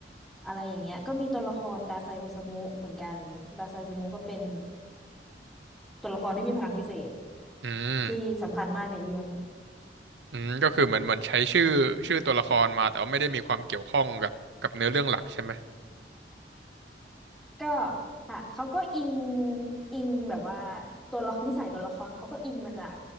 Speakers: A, in the centre; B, on the right.
A: อะไรอย่างเงี้ยก็มีตัวละครดาไซโอซามุเหมือนกันดาไซโอซามุก็เป็นตัวละครที่มีพลังพิเศษ
B: อืม
A: ที่สำคัญมากในเรื่อง
B: อืมก็คือเหมือนเหมือนใช้ชื่อชื่อตัวละครมาแต่ว่าไม่ได้มีความเกี่ยวข้องกับกับเนื้อเรื่องหลักใช่ไหม
A: ก็ค่ะ เขาก็อิงอิงแบบว่าตัวละครนิสัยตัวละครเขาก็อิงมาจาก